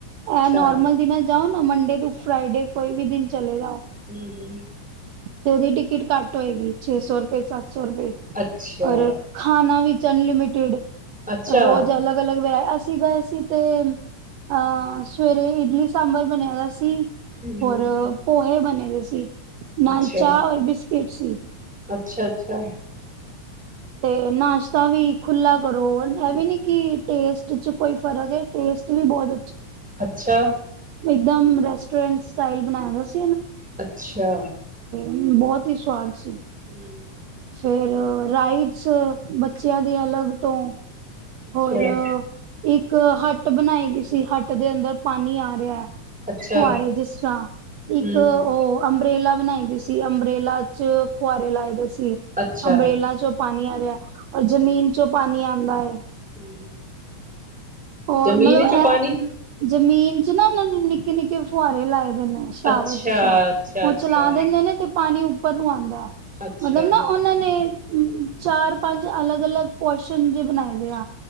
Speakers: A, in the centre; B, on the right.
A: ਅੱਛਾ
B: ਇਹ ਨੋਰਮਲ ਦਿਨਾਂ ਜਾਓ ਮੰਡੇ ਟੁ ਫਰਾਈਡੇ ਕੋਈ ਵੀ ਦਿਨ ਚਲੇ ਜਾਓ
A: ਹਮ ਹਮ
B: ਤੇ ਉਹਦੀ ਟਿਕਟ ਘੱਟ ਹੋਏਗੀ ਛੇ ਸੌ ਰੁਪਏ ਸੱ ਸੌ ਰੁਪਏ
A: ਅੱਛਾ
B: ਔਰ ਖਾਣਾ ਵੀ ਅਨਲਿਮਿਟਿਡ
A: ਅੱਛਾ
B: ਰੋਜ਼ ਅਲੱਗ ਅਲਗ ਵੈ ਅਸੀਂ ਗਏ ਸੀ ਤੇ ਅਹ ਸਵੇਰੇ ਇਡਲੀ ਸਾਂਬਰ ਬਣਿਆ ਅਸੀ
A: ਹਮ
B: ਹੋਰ ਪੋਹੇ ਬੰਣ ਹੋਏਸੀਂ ਨਾਲ
A: ਅੱਛਾ
B: ਚਾਹ ਔਰ ਬਿਸਕਿਟ ਸੀ।
A: ਅੱਛਾ ਅੱਛਾ
B: ਤੇ ਨਾਸ਼ਤਾ ਵੀ ਖੁਲਾ ਕਰੋ, ਇਹ ਵੀ ਨੀ ਕਿ ਟੇਸਟ ਚ ਕੋਈ ਫਰਕ ਹੈ ਟੇਸਟ ਵੀ ਬਹੁਤ
A: ਅੱਛਾ।
B: ਇਕਦਮ ਰੈਸਟੋਰੈਂਟ ਸਟਾਈਲ ਬਣਾਇਆ ਦਾ ਸ
A: ਅੱਛਾ।
B: ਹਮ ਬਹੁਤ ਹੀ ਸੁਆਦ ਸੀ।
A: ਹਮ।
B: ਫੇਰ ਰਾਈਟਸ ਬੱਚਿਆਂ ਦੀ ਅਲੱਗ ਤੋਂ
A: ਅੱਛਾ
B: ਹੋਰ ਇੱਕ ਇੱਕ ਹੱਟ ਬਣਾਈ ਦੀ ਸੀ। ਹੱਟ ਦੇ ਅੰਦਰ ਪਾਣੀ ਆ ਰਿਹਾ ਹੈ,
A: ਅੱਛਾ
B: ਫੁਆਰੇ ਜਿਸ ਤਰ੍ਹਾਂ, ਇੱਕ
A: ਹਮ
B: ਉਹ ਅੰਬਰੇਲਾ ਬਣਾਈਦੀ ਸੀ, ਅੰਬਰੇਲਾ ਚ ਫੁਆਰੇ ਲਾਏ ਦੇ ਸੀ।
A: ਅੱਛਾ
B: ਅੰਬਰੇਲਾ ਚੋਂ ਪਾਣੀ ਆ ਰਿਹਾ, ਔਰ ਜਮੀਨ ਚੋਂ ਪਾਣੀ ਆਉਂਦਾ ਹੈ।
A: ਹਮ।
B: ਔਰ
A: ਜ਼ਮੀਨ
B: ਮਤਲਬ
A: ਈਚੋਂ
B: ਇਹ
A: ਪਾਣੀ
B: ਜ਼ਮੀਨ ਚ ਨਾ ਉਹਨਾਂ ਨੇ ਨਿੱਕੇ-ਨਿੱਕੇ ਫੁਹਾਰੇ ਲਾਏ। ਦੀਨੇ ਸ਼ਾਵਰ
A: ਅੱਛਾ
B: ਜਿਸ ਰ੍ਹਾਂ,
A: ਅੱਛਾ
B: ਉਹ
A: ਅੱਛਾ
B: ਚਲਾ ਦਿੰਦੇ ਨੇ ਤੇ ਪਾਣੀ ਉੱਪ ਉਪਰ ਨੂੰ ਆਉਂਦਾ ਏ।
A: ਅੱਛਾ
B: ਮਤਲਬ ਨਾ ਉਹਨਾਂ ਨੇ ਅਮ-ਅਮ ਚਾਰ, ਪੰਜ ਅਲੱਗ-ਅਲੱਗ ਪੋਰਸ਼ਨ ਜੇ ਬਣਾਏ ਦੇ ਆ।